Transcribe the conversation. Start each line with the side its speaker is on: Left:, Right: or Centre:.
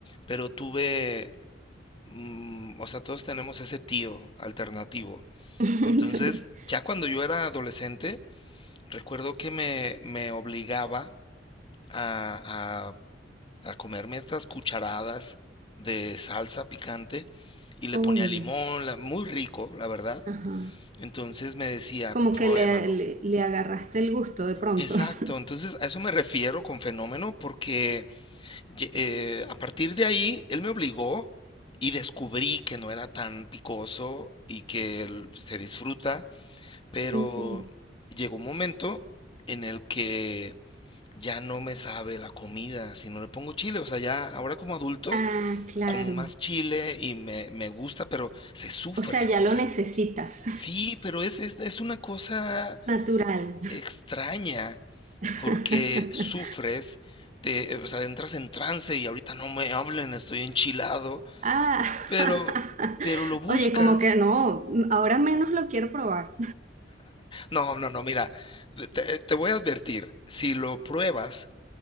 Left: pero tuve, mm, o sea, todos tenemos ese tío alternativo.
Right: <laughs>
Left: Entonces,
Right: sí.
Left: ya cuando yo era adolescente, recuerdo que me, me obligaba a, a a comerme estas cucharadas de salsa picante y le
Right: Oye.
Left: ponía limón, la- muy rico, la verdad
Right: Ajá.
Left: Entonces me decía,
Right: Como
Left: pruébalo.
Right: que le, le, le agarraste el gusto de pronto.
Left: Exacto,
Right: <laughs>
Left: entonces a eso me refiero con fenómeno porque ye- eh, a partir de ahí él me obligó y descubrí que no era tan picoso y que el- se disfruta, pero
Right: Ok.
Left: llegó un momento en el que ya no me sabe la comida si no le pongo chile, o sea, ya ahora como adulto
Right: Ah, claro.
Left: como más chile y me, me gusta, pero se sufre,
Right: O sea, ya
Left: o
Right: lo
Left: sea,
Right: necesitas.
Left: sí, pero es, es es una cosa
Right: <laughs> Natural.
Left: extraña.
Right: <laughs>
Left: porque sufres, te, o sea, entras en trance y ahorita no me hablen, estoy enchilado,
Right: Ah.
Left: pero,
Right: <laughs>
Left: pero lo buscas.
Right: Oye, como que no, ahora menos lo quiero probar.
Left: No, no, no, mira, te, te- te voy a advertir, si lo pruebas,